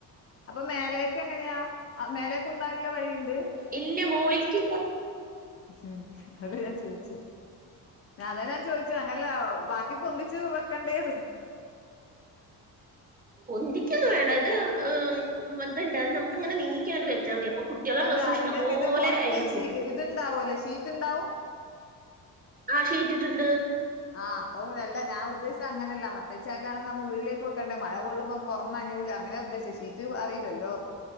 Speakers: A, on the left (about 40°); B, on the right (about 25°).
A: അപ്പൊ മേലെക്ക് എങ്ങനെയാ മേലൊക്ക് ഉന്താൻ ഉള്ള വഴിയുണ്ട്
B: ഇല്ല മോളിൽക്കില്ല.
A: മം അതെ ഞാൻ ചോയിചെ. അതാ ഞാൻ ചോയ്ച്ചു അങ്ങനല്ല ബാക്കി പൊന്തിച്ചു വെക്കണ്ടേന്ന്.
B: പൊന്തിക്കൊന്നും വേണ്ട. ഇത് <unintelligible> നമുക്ക്ങ്ങനെ നീകിയണ്ട് വെച്ചാൽ മതി. അപ്പൊ കുട്ടികളുടെ
A: അല്ല
B: ഡ്രസ്സ് ഇഷ്ടംപോലെ
A: നിങ്ങൾക്ക് ഇത് പോറത്ത്
B: അതിൽ
A: ഷീ
B: കൂടും
A: ഇത്ണ്ടാവുല്ലോ ഷീറ്റ് ഉണ്ടാവും.
B: ആഹ് ഷീറ്റ്ട്ട്ണ്ട്.
A: ആഹ് അപ്പം അല്ല ഞാ ഉദ്ദേശിചെ അങ്ങനല്ല മറ്റെച്ചായാലാണ് നമ്മ ഉള്ളിലേക്ക് വെക്കേണ്ടേ മഴ കൊള്ളുമ്പോ പൊറം നനയുലാ. <unintelligible> ശശീട്ടും അറിയുലല്ലോ